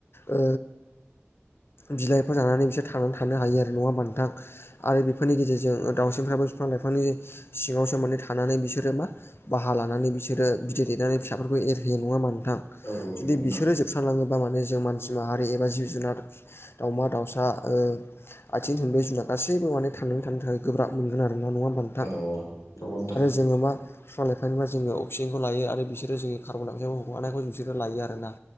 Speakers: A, on the left; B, on the left.
A: ओ बिलाइफोर जानानै बिसोर थांनानै थानो हायो आरो नङा होनबा नोंथा़ आरो बेफोरनि गेजेरजों दाउसिनफ्राबो बिफां लाइफांनि सिङावसो माने थानानै बिसोरो मा बाहा लानानै बिसोरो बिदै दैेनानै फिसाफोरखौ एरहैयो नङा होनबा नोंथां
B: हागोन
A: जुदि
B: नोंथां
A: बिसोरो जोब <unintelligible> माने जों मानसि माहारि एबा जिब जुनार दाउमा दाउसा ओ आथिं थोंब्रै जुनाद गासैबो माने थांनानै थानो थाखाय गोब्राब मोनगोन आरो ना नङा होनबा नों
B: औ औ नंगौ नोंथां।
A: जोङो मा बिफां लाइफांनिफ्राय जोङो अक्सिजेनखौ लायो आरो बिसोरो जोंनि कार्बन डाइक्साइखौ हगारनायखौ बिसोरो लायो आरोना।